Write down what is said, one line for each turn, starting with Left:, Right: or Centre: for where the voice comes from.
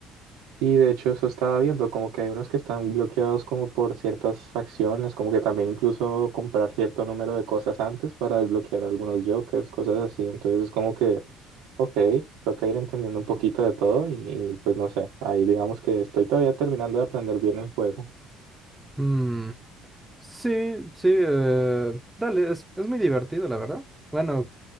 Right: Y de hecho eso estaba viendo, como que hay unos que están bloqueados como por ciertas acciones, como que también incluso comprar cierto número de cosas antes para desbloquear algunos jokers, cosas así. Entonces es como que, ok, toca ir entendiendo un poquito de todo y, y, pues no sé, ahí digamos que estoy todavía terminando de aprender bien el juego.
Centre: Mm, Sí, sí, eh, dale, es, es muy divertido, la verdad. Bueno,